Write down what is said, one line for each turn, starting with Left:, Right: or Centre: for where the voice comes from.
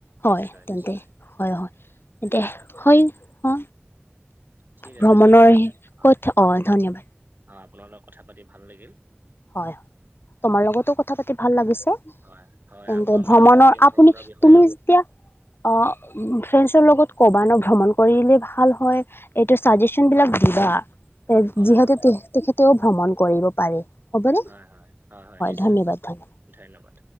Left: হয়
Right: নিশ্চয়
Left: তেন্তে
Right: নিশ্চয়
Left: হয় হয় তেন্তে হয় অ
Right: ঠিক
Left: ভ্ৰমণৰ
Right: আছে ধন্যবাদ অ
Left: কথা ধন্যবাদ
Right: অঁ আপোনাৰ লগত কথা পাতি ভাল লাগিল
Left: হয় তোমাৰ লগতো
Right: আহ,
Left: কথা পাতি ভাল লাগিছে
Right: হয় হয়
Left: তেন্তে
Right: আকৌ আমি
Left: ভ্ৰমণৰ
Right: কথা পাতিম
Left: আপুনি
Right: ভ্ৰমণৰ বিষয়ে
Left: তুমি এতিয়া অ ফ্ৰেন্সৰ লগত ক'বা ন ভ্ৰমণ কৰিলে ভাল হয়
Right: উম,
Left: হয় এইটো চাজেচন
Right: উম,
Left: বিলাক দিবা
Right: হয়
Left: যিহেতু
Right: হয়
Left: তু তেখেতেও ভ্ৰমণ কৰিব পাৰে হ'বনে
Right: হয় হয় হয় হয় নিশ্চয়
Left: ধন্যবাদ ধন্যবাদ
Right: ধন্যবাদ